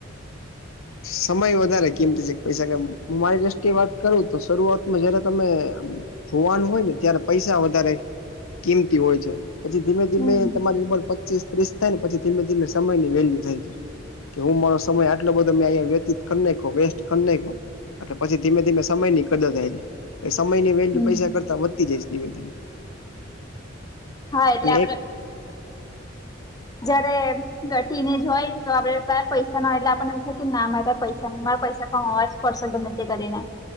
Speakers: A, on the left; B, on the left.
A: સમય વધારે કિમતી છે, પૈસા <unintelligible> મારી દ્રષ્ટિએ વાત. કરું તો શરૂઆતમાં જયારે તમે જોવાનું હોય ને ત્યારે પૈસા વધારે. કિંમતી હોય છે, પછી ધીમે ધીમે
B: હમ
A: તમારી ઉંમર. પચીસ ત્રીસ થાય ને પછી ધીમે ધીમે સમય ની વેલ્યુ થાય જાય કે હું મારો સમય આટલો બધો મેં. વ્યતીત કરી નાખો વેસ્ટ કરી નાખો એટલે પછી ધીમે ધીમે સમય નની કરર થાય છે. સમયની વેલ્યુ
B: હમ
A: પૈસા કરતા વધતી જાયશ ધીમે ધીમે
B: હા એટલે
A: અને
B: આપડે
A: એક.
B: જયારે ટીનેજ હોય તો આપડે તાર પૈસા ના એટલે આપણને એ છે, કે ના મારે પૈસા ન મારા પૈસા. હ અવાજ પડશે નથી કરીને